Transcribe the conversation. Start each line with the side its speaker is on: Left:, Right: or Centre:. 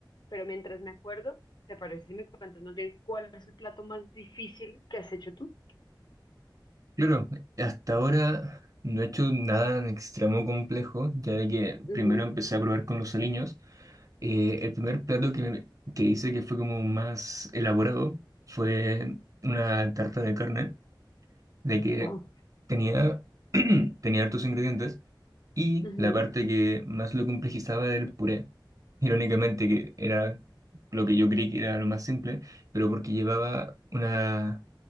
Left: pero mientras me acuerdo, ¿te parece si me cuentas más bien cuál es el plato más difícil que has hecho tú?
Right: Claro, hasta ahora no he hecho nada en extremo complejo, ya de que
Left: Ujú.
Right: primero empecé a probar con los aliños. Eh, el primer plato que, me- que hice que fue como más elaborado fue una tarta de carne. de que
Left: Oh, wow.
Right: tenía, <clears throat> tenía hartos ingredientes y
Left: Ujú,
Right: la parte que más lo complejizaba era el puré. Irónicamente, que era lo que yo creí que era lo más simple, pero porque llevaba una,